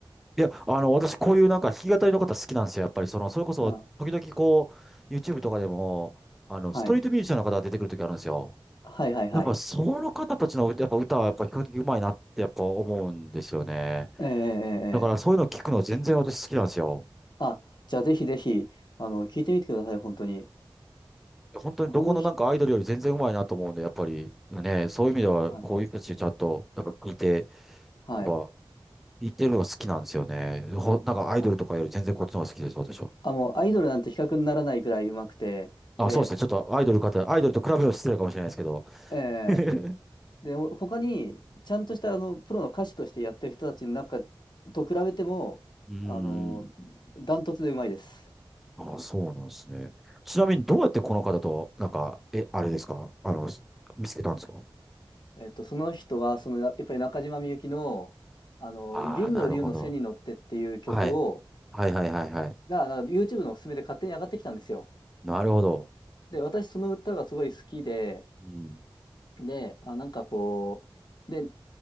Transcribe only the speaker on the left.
うん。
はい。
はいはいはい。
ええええええ
あ、じゃあぜひぜひ、あの、聞いてみてください、本当に。
この人、
はい。
はい。
あ、
あもうアイドルなんて比較にならないぐらい上手くて、
で、
ええ
で、ほ他に、ちゃんとしたあの、プロの歌手としてやってる人たちの中と比べても、
あの、
ダントツで上手いです。
えっと、その人は、その、やっぱり中島みゆきの、あの、
銀の龍の背に乗ってっていう曲を、
が、なんか YouTube のおすすめで勝手に上がってきたんですよ。
で、私その歌がすごい好きで、
で、あ、なんかこう、で、